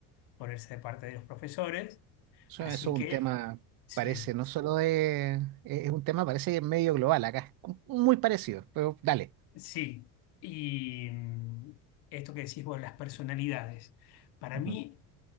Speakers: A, on the left; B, on the right.
A: ponerse de parte de los profesores.
B: Eso
A: Así
B: eso es
A: que
B: un tema,
A: sí,
B: parece, no solo de... Es es un tema, parece que es medio global acá. es Muy parecido, pero dale.
A: sí. Y mm, esto que decís vos, las personalidades. Para
B: Ujú,
A: mí,